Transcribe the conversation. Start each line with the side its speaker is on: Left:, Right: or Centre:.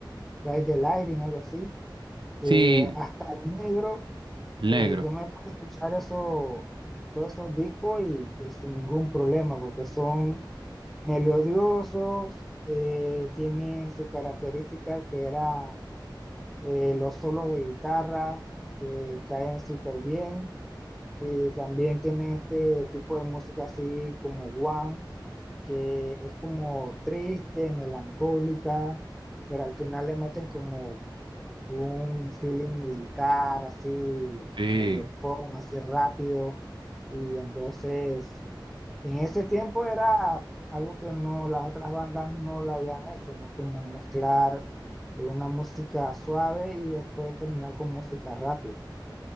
Centre: Ride the Lightning, algo así. Eh,
Right: Sí,
Centre: hasta el negro
Right: el negro,
Centre: Eh, yo me puedo escuchar eso, todos esos discos y, y sin ningún problema, porque son melodiosos, eh, tienen sus características que era eh, los solos de guitarra, que caen súper bien, y también tienen este tipo de música así como One, que es como triste, melancólica, pero al final le meten como un feeling militar así,
Right: sí,
Centre: medio punk, así rápido. Y entonces, en ese tiempo era algo que no, las otras bandas no lo habían hecho, ¿no? Como mezclar de una música suave y después terminar con música rápida.